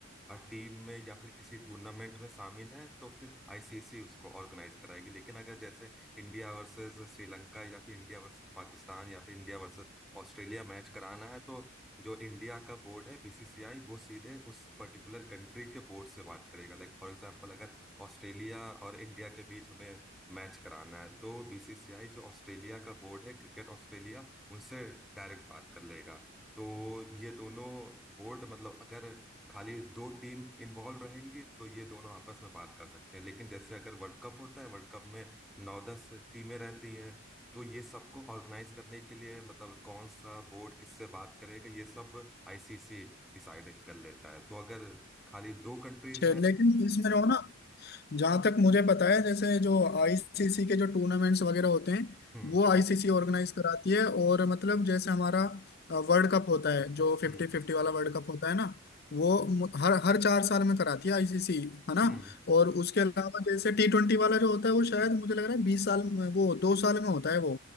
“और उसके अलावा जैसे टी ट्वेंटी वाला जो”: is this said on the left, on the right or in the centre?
Left